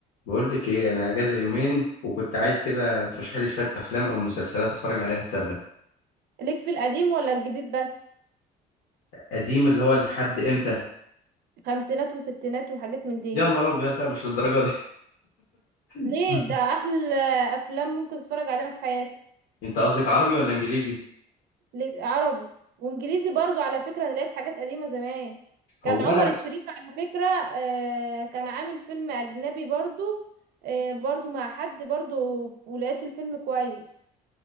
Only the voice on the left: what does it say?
بقول لك ايه انا اجازه يومين وكنت عايز كده ترشح لي شويه افلام او مسلسلات اتفرج عليها اتسلى
قديم اللي هو لحد امتى
يا نهار ابيض ده مش للدرجه دي
<laughs>
انت قصدك عربي ولا انجليزي
هو
انا